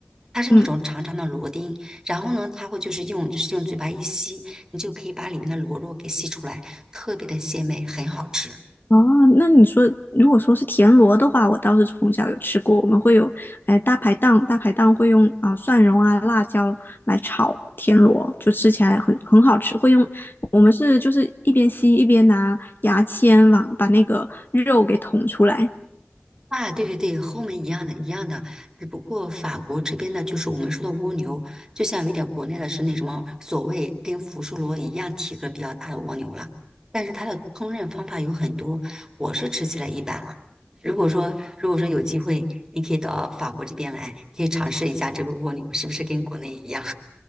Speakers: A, on the right (about 15°); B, on the left (about 60°).
A: 它是那种长长的螺钉，
B: 嗯。
A: 然后呢，它会就是用就是用嘴巴一吸，你就可以把里面的螺肉给吸出来，特别的鲜美，很好吃。
B: 哦，那你说，如果说是田螺的话，我倒是从小有吃过。我们会有，哎，大排档，大排档会用啊、蒜蓉啊、辣椒来炒田螺，就吃起来很很好吃。会用，我们是就是一边吸一边拿牙签往把那个肉给捅出来。
A: 啊，对对对，和我们一样的，一样的，只不过法国这边的就是我们说的蜗牛，就像有点国内的是那什么所谓跟福寿螺一样体格比较大的蜗牛了，但是它的烹饪方法有很多，我是吃起来一般了。如果说如果说有机会，你可以到法国这边来，可以尝试一下这个蜗牛是不是跟国内一样。